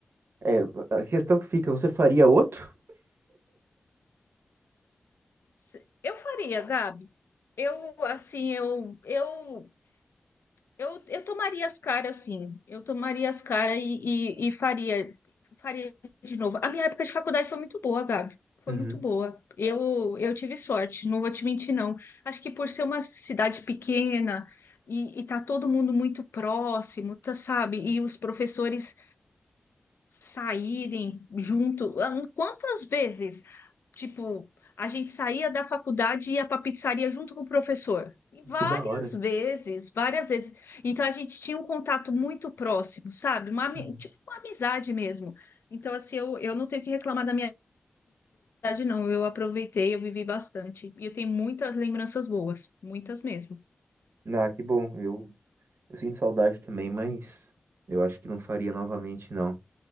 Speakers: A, on the right; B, on the left.
A: É, a questão que fica, você faria outro?
B: Se- Eu faria, Gabi. Eu, assim, eu, eu Eu, eu tomaria as caras, sim. Eu tomaria as caras e, e, e faria, faria de novo. A minha época de faculdade foi muito boa, Gabi. Foi
A: Uhum.
B: muito boa. Eu, eu tive sorte, não vou te mentir, não. Acho que por ser uma cidade pequena e, e tá todo mundo muito próximo, tá, sabe? E os professores saírem junto. Ah, Quantas vezes Tipo, a gente saía da faculdade e ia para pizzaria junto com o professor. E várias
A: Que da hora.
B: vezes, várias vezes. Então a gente tinha um contato muito próximo, sabe? Uma, ami-
A: Uhum.
B: tipo uma amizade mesmo. Então, assim, eu, eu não tenho que reclamar da minha idade, não. Eu aproveitei, eu vivi bastante. E eu tenho muitas lembranças boas, muitas mesmo.
A: Ah, que bom. Eu, eu sinto saudade também, mas eu acho que não faria novamente, não.